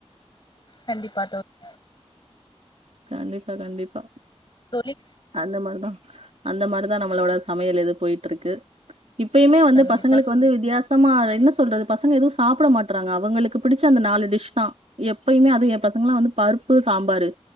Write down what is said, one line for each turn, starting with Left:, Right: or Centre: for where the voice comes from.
Left: கண்டிப்பா தோழி
Right: கண்டிப்பா கண்டிப்பா
Left: தோழி
Right: அந்த மாரிதா அந்த மாரிதா நம்மளோட சமையல் இது போயிட்ருக்கு இப்பயுமே வந்து
Left: கண்டிப்பா
Right: பசங்களுக்கு
Left: தோழி
Right: வந்து வித்தியாசமா என்ன சொல்றது பசங்க எதுவு சாப்புட மாட்றாங்க அவுங்களுக்கு புடிச்ச அந்த நாலு டிஷ்தா எப்பயுமே அது ஏ பசங்கல்லா வந்து பருப்பு சாம்பாரு